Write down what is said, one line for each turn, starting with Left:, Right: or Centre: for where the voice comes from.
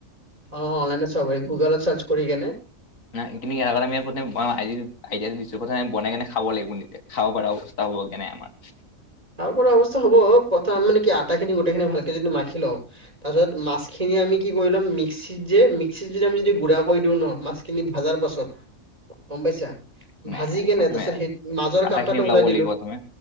Right: অ অনলাইনে চবে গুগলত চাচ কৰি কেনে।
Left: নাই তুমি এ আ। আইয়া দিছু কথা আমি বনাই কেনে খাব লাগিব নিজে খাব পৰা অৱস্থা হ'ব কেনে আমাৰ।
Right: তাৰপৰা অৱস্থা হ'ব প্ৰথম মানে কি আটা খিনি গোটেই খিনি ভালকে যদি মাখি লও। তাৰ পিছত মাছখিনি আমি কি কৰি ল'ম মিক্সিত যে মিক্সিত যদি আমি যদি গুড়া কৰি দিওঁ ন মাছ। কিনি ভাজাৰ পাছত গম পাইছা।
Left: নাই
Right: ভাজি কেনে
Left: প্ৰথমে
Right: তাৰপিছত সেই মাজৰ
Left: কাটা
Right: কাটাটো
Left: খিনি ওলাব
Right: ওলাই দিলো
Left: লাগিব তুমি